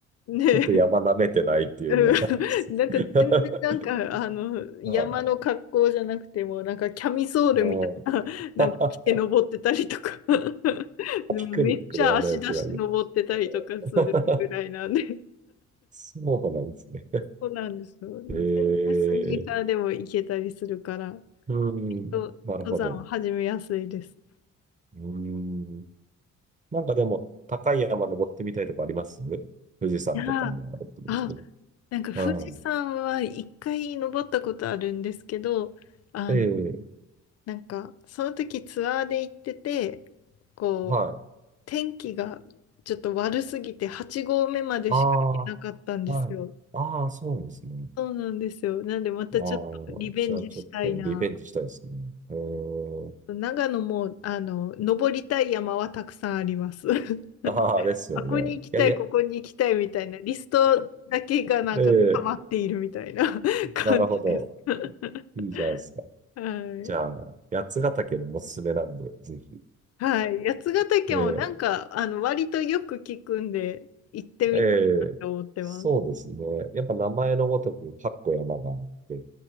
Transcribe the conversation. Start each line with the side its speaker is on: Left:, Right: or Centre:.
Left: ねえ、
Right: ちょっと山舐めてないっていうのもあるんです。
Left: うん、なんか全然なんかあの山の格好じゃなくてもなんかキャミソールみたいな、
Right: <laughs> ああ、も
Left: なんか着て登ってたりとか
Right: <laughs>
Left: <laughs> でもめっちゃ足出して登ってたりとかするぐらいなんで
Right: ピクニックであれって感じ。<laughs> そうなんですね。
Left: そうなんですよ。
Right: ええ
Left: 全然スニーカーでも行けたりするから、
Right: うん、
Left: きっと登山は始めやすいです。
Right: なるほど。うん。なんかでも、高い山登ってみたいとかあります富士山とかもあると思うんですけど。
Left: いやー、あ、なんか富士山は一回登ったことあるんですけど、
Right: うん。
Left: あの、
Right: ええ
Left: なんかその時ツアーで行ってて、こう、
Right: はい。
Left: 天気がちょっと悪すぎて8合目までしか行けなかったんですよ。
Right: ああ、はい。ああ、そうなんですね。
Left: そうなんですよ。なんでまたちょっとリベンジしたいな。
Right: ああ、じゃあちょっとリベンジしたいですね。ええ
Left: 長野も、あの、登りたい山はたくさんあります。<laughs>
Right: ああ、ですよね。
Left: あ、ここに行きたい、
Right: いやいや。
Left: ここに行きたいみたいな、リストだけがなんか溜まっているみたいな
Right: <laughs> ええ
Left: <laughs> 感じです。
Right: なるほど。
Left: <laughs>
Right: いいじゃないですか。
Left: はい。
Right: じゃあ、八ヶ岳もおすすめなんで、ぜひ。
Left: はい。八ヶ岳もなんか、
Right: え
Left: あの、割とよく聞くんで、行ってみたいなと思ってます。
Right: えええそうですね。やっぱ名前のごとく8個山があって、